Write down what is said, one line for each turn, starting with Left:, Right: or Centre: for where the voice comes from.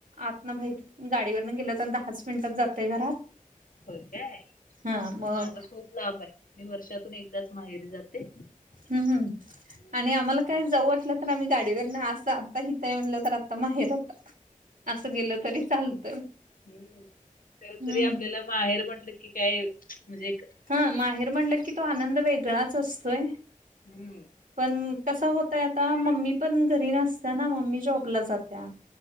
Right: आत ना भाई गाडीवरन गेल तर दहाच मिनिटात जातय घरात
Left: हो काय
Right: हा मग
Left: माझ खूप लाब आहे मी वर्षातून एकदाच माहेरी जाते
Right: हम् हम्
Left: हम्म.
Right: आणि आम्हाला काय
Left: मला
Right: जाऊ वाटलं तर आम्ही गाडीवर ना असं आता हितय म्हणलं तर आता माहेर आता असं गेलं तरी चालतय
Left: हम्म खर
Right: हम्म
Left: तरी आपल्याला माहेर म्हंटलं की काय म्हणजे
Right: हा माहेर म्हणलं की तो आनंद वेगळाच असतोय
Left: हम्म
Right: पण कस होतय आता मम्मी पण घरी नसत ना मम्मी जॉबला जात्या